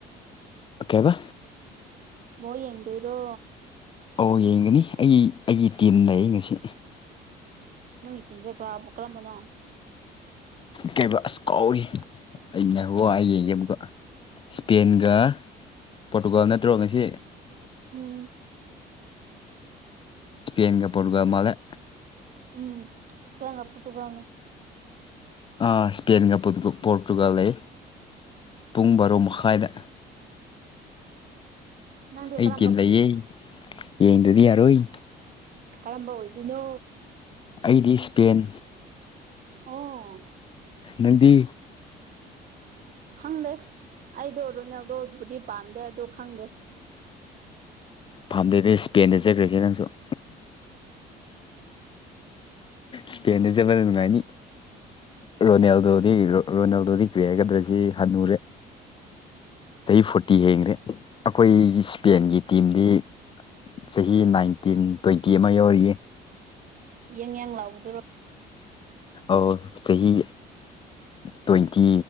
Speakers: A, on the left; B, on the right.
A: ꯀꯩꯑꯕ
B: ꯕꫭꯜ ꯌꯦꯡꯗꯣꯏꯔꯣ
A: ꯑꯧ ꯌꯦꯡꯒꯅꯤ ꯑꯩꯒꯤ ꯑꯩꯒꯤ ꯇꯤꯝ ꯂ‌ꯩ ꯉꯁꯤ
B: ꯅꯪꯒꯤ ꯇꯤꯝꯁꯦ ꯀꯥꯕ ꯀꯔꯝꯕꯅꯣ
A: ꯀꯩꯕ ꯑꯁ ꯀꯧꯔꯤ ꯑꯩꯅ <unintelligible> ꯑꯃꯨꯀ ꯏꯁꯄꯦꯟꯒ ꯄꯣꯔꯇꯨꯒꯥꯜ ꯅꯠꯇ꯭ꯔꯣ ꯉꯁꯤ
B: ꯎꯝ
A: ꯁꯄꯦꯟꯦꯟꯒ ꯄꯣꯔꯠꯇꯨꯒꯜ ꯃꯥꯜꯂꯩ
B: ꯎꯝ ꯏꯁꯄꯦꯟꯒ ꯄꯨꯠꯕꯜꯅꯦ
A: ꯑ ꯏꯁꯄꯦꯟꯒ ꯄꯣꯇꯨ ꯄꯣꯔꯇꯨꯒꯜ ꯂꯩ ꯄꯨꯡ ꯕꯥꯔꯣ ꯃꯈꯥꯏꯗ
B: ꯅꯪꯗꯤ
A: ꯑꯩ
B: ꯀꯔꯝꯕ
A: ꯇꯤꯝ ꯂꯩꯌꯦ ꯌꯦꯡꯗꯔꯗꯤ ꯌꯥꯔꯣꯏ
B: ꯀꯔꯝꯕ ꯑꯣꯏꯗꯣꯏꯅꯣ
A: ꯑꯩꯗꯤ ꯏꯁꯄꯦꯟ
B: ꯑꯣ
A: ꯅꯪꯗꯤ
B: ꯈꯪꯗꯦ ꯑꯩꯗꯣ ꯔꯣꯅꯦꯜꯗꯣꯕꯨꯗꯤ ꯄꯥꯝꯗꯦ ꯑꯗꯣ ꯈꯪꯗꯦ
A: ꯐꯥꯝꯗꯗꯤ ꯏꯁꯄꯦꯟꯗ ꯆꯠꯈ꯭ꯔꯁꯦ ꯅꯪꯁꯨ ꯁꯄꯦꯟꯗ ꯆꯕꯅ ꯅꯨꯡꯉꯥꯏꯅꯤ ꯔꯣꯅꯦꯜꯗꯣꯗꯤ ꯔꯣ ꯔꯣꯅꯦꯜꯗꯣꯗꯤ ꯀꯔꯤ ꯍꯥꯏꯒꯗ꯭ꯔꯁꯤ ꯍꯟꯅꯨꯔꯦ ꯆꯍꯤ ꯐꯣꯔꯇꯤ ꯍꯦꯡꯈ꯭ꯔꯦ ꯑꯈꯣꯏ ꯏꯁꯄꯦꯟꯒꯤ ꯇꯤꯝꯗꯤ ꯆꯍꯤ ꯅꯥꯏꯟꯇꯤꯟ ꯇ꯭ꯋꯦꯟꯇꯤ ꯑꯃ ꯌꯥꯎꯔꯤꯌꯦ
B: ꯌꯦꯟ ꯌꯪ ꯂꯥꯎꯕꯗꯨꯔꯣ
A: ꯑꯣ ꯆꯍꯤ ꯇ꯭ꯋꯦꯟꯇꯤ